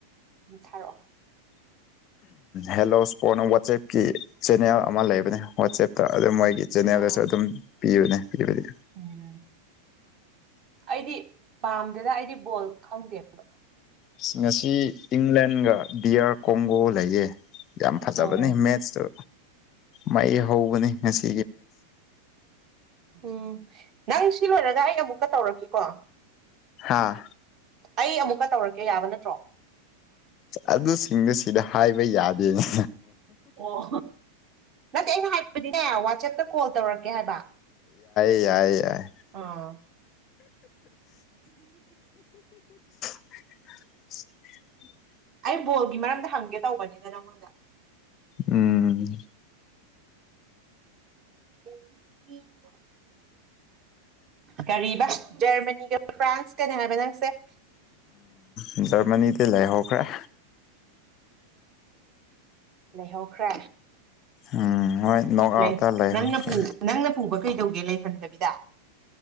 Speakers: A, on the right; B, on the left.
A: ꯎꯝ ꯊꯥꯔꯛꯑꯣ
B: ꯍꯦꯜꯂꯣ ꯁꯄ꯭ꯔꯣꯠꯁꯅ ꯋꯥꯆꯦꯞꯀꯤ ꯆꯦꯅꯦꯜ ꯑꯃ ꯂꯩꯕꯅꯦ ꯋꯥꯆꯦꯞꯇ ꯑꯗꯨ ꯃꯣꯏꯒꯤ ꯆꯦꯅꯦꯜꯗꯁꯨ
A: ꯑꯣ
B: ꯑꯗꯨꯝ ꯄꯤꯕꯅꯦ ꯄꯤꯕꯗꯤ
A: ꯎꯝ ꯑꯩꯗꯤ ꯄꯥꯝꯗꯦꯗ ꯑꯩꯗꯤ ꯕꯣꯜ ꯈꯪꯗꯦ ꯑꯃꯇ
B: ꯑꯁ ꯉꯁꯤ ꯏꯪꯂꯦꯟꯒ ꯗꯤꯌꯥꯔ ꯀꯣꯡꯒꯣ ꯂꯩꯌꯦ ꯌꯥꯝ ꯐꯖꯕꯅꯦ
A: ꯑꯥ
B: ꯃꯦꯠꯁꯇꯨ ꯃꯩ ꯍꯧꯕꯅꯦ ꯉꯁꯤ
A: ꯎꯝ ꯅꯪ ꯁꯤ ꯂꯣꯏꯔꯒ ꯑꯩ ꯑꯃꯨꯛꯀ ꯇꯧꯔꯛꯀꯦꯀꯣ
B: ꯍꯥꯥ
A: ꯑꯩ ꯑꯃꯨꯛꯀ ꯇꯧꯔꯛꯀꯦ ꯌꯥꯕ ꯅꯠꯇ꯭ꯔꯣ
B: ꯑꯗꯨꯁꯤꯡꯗꯨ ꯁꯤꯗ ꯍꯥꯏꯕ ꯌꯥꯗꯦꯅꯤꯅ
A: ꯑꯣ ꯅꯠꯇꯦ ꯑꯩꯅ ꯍꯥꯏꯕꯗꯤꯅꯦ ꯋꯥꯆꯦꯞꯇ ꯀꯣꯜ ꯇꯧꯔꯛꯀꯦ ꯍꯥꯏꯕ
B: ꯌꯥꯥꯏ
A: ꯑꯥ
B: <unintelligible>
A: ꯑꯩ ꯕꯣꯜꯒꯤ ꯃꯔꯝꯗ ꯍꯪꯒꯦ ꯇꯧꯕꯅꯤꯅ ꯅꯪꯉꯣꯟꯗ
B: ꯎꯝ
A: <unintelligible> ꯀꯔꯤ ꯖꯔꯃꯅꯤꯒ ꯐ꯭ꯔꯥꯟꯁꯀꯅꯦ ꯍꯥꯏꯕ ꯅꯪꯁꯦ
B: ꯎꯝ ꯖꯔꯃꯗ ꯂꯩ ꯍꯧꯈꯔ
A: ꯂꯩꯍꯧꯈ꯭ꯔꯦ
B: ꯎꯝ ꯍꯣꯏ ꯅꯣꯛ ꯑꯥꯎꯠꯇ
A: ꯂꯩ
B: ꯂꯩꯍꯧꯈ꯭ꯔꯦ
A: ꯅꯅ ꯅꯪꯅ ꯄꯨꯕ ꯀꯩꯗꯧꯒꯦ ꯂꯩꯍꯟꯗꯕꯤꯗ